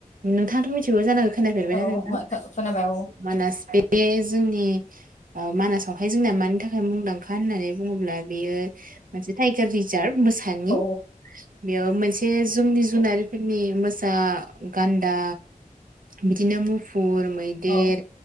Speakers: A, on the right; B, on the left.
A: नोंथाङाथ' मिथिगौ जानांगौ खोनाफेरबायना
B: औ
A: नोंथां
B: मा खोनाबाय औ
A: मानास बे जोंनि ओ मानासावहाय जोंनाया मानि थाखाय मुंदांखा होननानै बुङोब्ला बेयो मोनसे टाइगार रिजार्भ मोसानि
B: औ
A: बेयाव मोनसे जोंनि जुनार फोरनि मोसा गान्दा बिदिनो मुफु फुर मैदेर
B: औ